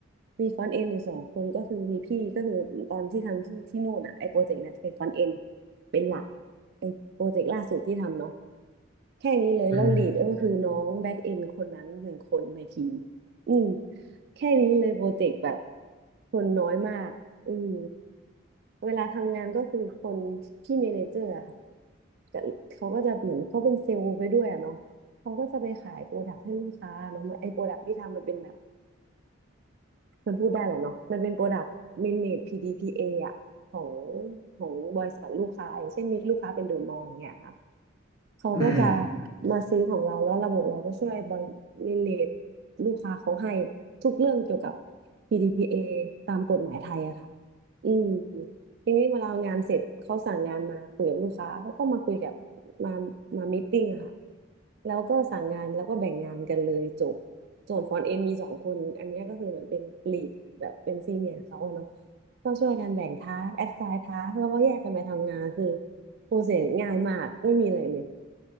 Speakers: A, on the right; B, on the left.
A: มีฟรอนต์เอนอยู่สองคนก็คือมีพี่ก็คือตอนที่ทำที่ที่นู่นอ่ะไอ้โปรเจกต์เนี่ยเป็นฟรอนต์เอนเป็นหลัก ไอ้โปรเจกต์ล่าสุดที่ทำเนาะแค่นี้เลยแล้วลีดก็คือน้องแบ็กเอนคนนั้นหนึ่งคนในทีม
B: อืม
A: อืมแค่นี้เลยโปรเจกต์แบบคนน้อยมากอืมเวลาทำงานก็คือคนพี่เมเนเจอร์อะค่ะก็เขาก็จะเหมือนเขาเป็นเซลล์ไปด้วยอะเนาะเขาก็จะไปขายโปรดักต์ให้ลูกค้าเนาะมันไอ้โปรดักต์ที่ทำมันเป็นแบบมันพูดได้แหละเนาะมันเป็นโปรดักต์เมเนจ PDPA ออะของของบริษัทลูกค้าอย่างเช่นมีลูกค้าเป็นเดอะมอลล์เนี่ยค่ะ เขาก็จะ
B: อืม
A: มาซื้อของเราแล้วระบบเราก็ช่วยบริเลตลูกค้าเขาให้ทุกเรื่องเกี่ยวกับ PDPA ตามกฎหมายไทยอะค่ะอืมทีนี้เวลางานเสร็จเขาสั่งงานมาคุยกับลูกค้าเขาก็มาคุยกับมามามีตติ้งอะค่ะแล้วก็สั่งงานแล้วก็แบ่งงานกันเลยจบส่วนฟรอนต์เอ็นมีสองคนอันเนี้ยก็คือเหมือนเป็นลีดแบบเป็นซีเนียร์เขาอะเนาะก็ช่วยกันแบ่งทาสแอสไซน์ทาสแล้วก็แยกกันไปทำงานคือโปรเซสง่ายมากไม่มีอะไรเลย